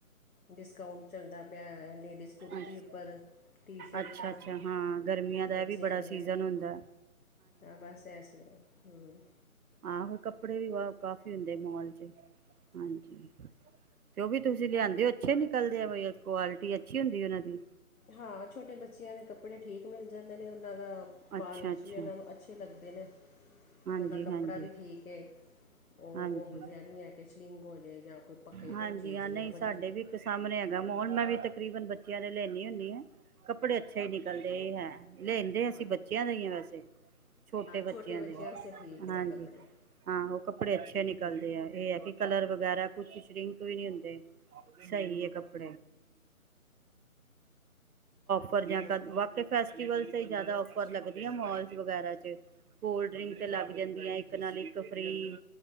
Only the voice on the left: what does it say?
ਡਿਸਕਾਊਂਟ ਚੱਲਦਾ ਪਿਆ ਲੇਡੀਜ਼ ਕੁੁਰਤੀ
ਉੱਪਰ ਟੀ ਸ਼ਰਟਾਂ
ਬੱਚਿਆਂ
ਦੀਆਂ
ਆ ਬਸੇ ਅਸ ਹਮ
ਹਾਂ ਛੋਟੇ ਬੱਚਿਆਂ ਦੇ ਕੱਪੜੇ ਠੀਕ ਮਿਲ ਜਾਂਦੇ ਨੇ ਉਹਨਾਂ ਦਾ ਪਾਉਣ
ਵਿੱਚ ਵੀ ਉਹਨਾਂ ਨੂੰ ਅੱਛੇ ਲੱਗਦੇ ਨੇ
ਉਹਨਾਂ ਦਾ ਕੱਪੜਾ ਵੀ ਠੀਕ ਹੈ ਉਹ
ਉਹ ਜਿਹਾ
ਨਹੀਂ ਹੈ ਕਿ ਸ਼ਲਿੰਗ ਹੋ ਜਾਵੇ ਜਾਂ ਕੋਈ ਭੱਖੇ
ਉਹ ਚੀਜ਼
ਨਹੀਂ ਹੈ ਵਧੀਆ
ਕੱਪੜੇ
ਹਾਂ
ਹਾਂ
ਵਾਸਤੇ ਠੀਕ ਨੇ
ਕੱਪੜੇ
ਹੋ
ਹਾਂ